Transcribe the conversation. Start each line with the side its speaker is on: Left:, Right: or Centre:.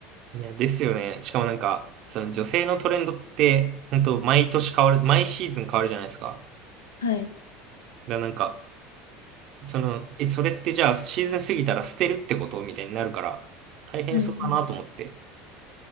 Right: いや、ですよね。しかもなんか、その女性のトレンドって、本当毎年変わる、毎シーズン変わるじゃないですか。
Left: はい。
Right: だからなんか、その、え、それってじゃあシーズン過ぎたら捨てるってことみたいになるから、大変そうだなと思って。
Left: うんうん。